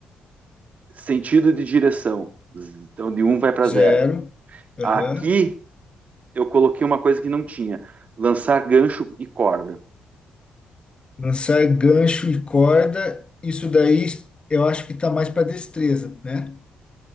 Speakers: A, on the right; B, on the left.
A: sentido de direção. z- Então de um vai para
B: zero,
A: zero.
B: aham.
A: Aqui eu coloquei uma coisa que não tinha: lançar gancho e corda.
B: Lançar gancho e corda, isso daí eu acho que tá mais para destreza, né?